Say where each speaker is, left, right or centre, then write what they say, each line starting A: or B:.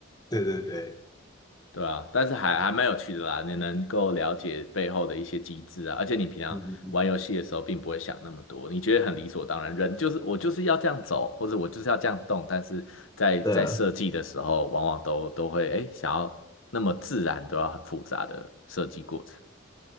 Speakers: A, on the left; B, on the left.
A: 对对对，
B: 对啊，但是还还蛮有趣的啦，你能够了解背后的一些机制啊，而且你平常玩游戏的时候并不会想那么多，
A: 嗯嗯嗯，
B: 你觉得很理所当然，人就是我就是要这样走，或者我就是要这样动，但是在在设计的时候，
A: 对啊，
B: 往往都都会哎想要那么自然，都要很复杂的设计过程。